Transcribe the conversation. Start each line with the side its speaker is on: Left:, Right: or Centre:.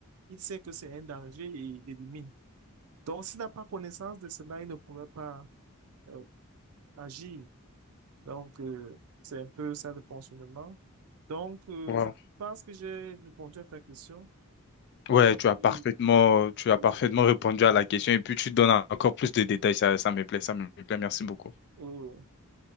Right: il sait que c'est un danger et il l'élimine. Donc, s'il n'a pas connaissance de cela, il ne pourrait pas euh, agir. Donc, euh, c'est un peu ça le fonctionnement. Donc, euh,
Left: Wow.
Right: je pense que j'ai répondu à ta question.
Left: Ouais,
Right: Donc,
Left: tu as parfaitement,
Right: euh,
Left: tu as
Right: euh,
Left: parfaitement répondu à la question et puis tu donnes encore plus de détails. Ça, ça me plaît, ça me plaît. Merci beaucoup.
Right: oui,